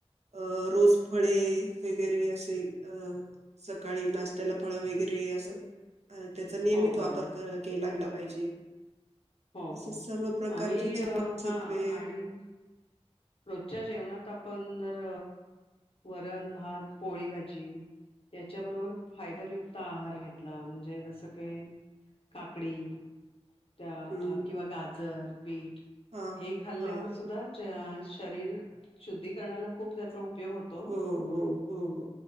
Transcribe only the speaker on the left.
हो बरोबर
हो
हो
आम्ही
हा आणि रोजच्या जेवणात आपण जर वरण, भात, पोळी भाजी त्याच्याबरोबर फायबरयुक्त आहार घेतला म्हणजे जसं काही काकडी. त्या
किंवा गाजर बीट
हे खाल्ल्यावर
सुद्धा चे शरीर शुद्धीकरणाला खूप त्याचा उपयोग होत